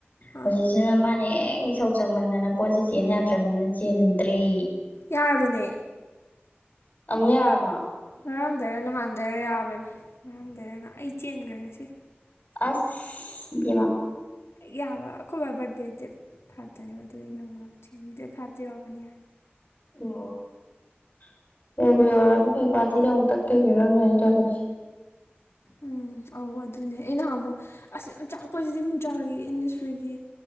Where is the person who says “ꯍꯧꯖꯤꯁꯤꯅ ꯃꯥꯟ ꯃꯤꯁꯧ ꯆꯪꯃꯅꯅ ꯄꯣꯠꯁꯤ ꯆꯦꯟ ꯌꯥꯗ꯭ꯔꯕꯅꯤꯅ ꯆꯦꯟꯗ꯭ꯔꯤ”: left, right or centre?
Left